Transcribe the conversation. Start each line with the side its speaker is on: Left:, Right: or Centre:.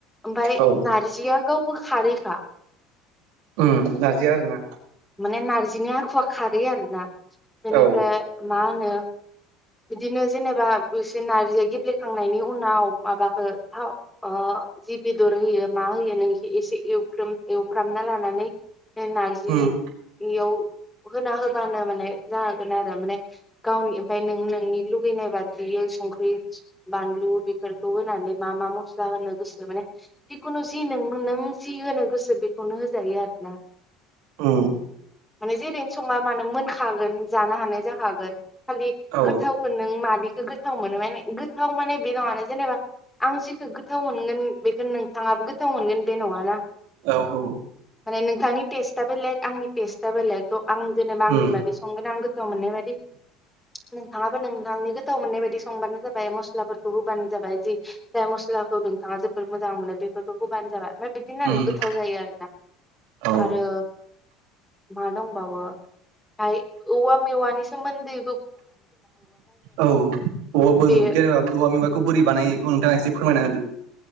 Centre: ओमफ्राय
Right: औ
Centre: नारजिया गावबो खारै खा।
Right: उम नारजिया आरोना?
Centre: माने नारजिनि आखुवा खारै आरो ना? माने
Right: औ
Centre: ओमफ्राय मा होनो बिदिनो जेनेबा बिसोर नारजिया गेब्लेखांनायनि उनाव माबाखो थाव ओ जि बेदर होयो मा होयो नों इखौ इसे एवफ्रोम एवफ्रामना लानानै नारजि
Right: उम
Centre: याव होना होबानो माने जा गोन आरो माने गावनि ओमफाय नों नोंनि लुगैनाय बादियै संख्रि बानलु बेफोरखौ होनानै मा मा मस्ला होनो गोसो माने जिखुनु जि नों नों जि होनो गोसो बेखौनो होजायो आरोना।
Right: उम
Centre: माने जेरैनो सङा मानो मोनखागोन। जानो हानाय जाखागोन। खालि
Right: औ औ
Centre: गोथावखौ नों मादि इखो गोथाव मोनो माने गोथाव माने बे नङाना जेनेबा आं जिखो गोथाव मोनगोन बेखो नोंथाङाबो गोथाव मोनगोन बे नङाना?
Right: औ औ
Centre: माने नोंथांनि टेस्टआ बेलेग आंनि टेस्टआ बेलेग आं जेनेबा आंनि
Right: उम
Centre: बादि संगोन। गोथाव मोननाय बादि। नोंथाङाबो नोंथांनि गोथाव मोननाय बायदि संबानो जाबाय मस्लाफोरखौ होबानो जाबाय जि जाय मस्लाखौ नोंथाङा जोबोर मोज जां मोनो बेफोरखौ होबानो जाबाय ओमफाय बिदिनो आरो
Right: उम
Centre: गोथाव जायो आरोना
Right: औ
Centre: आरो मा दंबावो फाय औवा मेवानि सोमोन्दै
Right: औ औवा बुं
Centre: बे
Right: जेनेबा औवा बिबाखौ बोरै बानायो बेखौ नोंथाङा एसे फोरमायना होदो।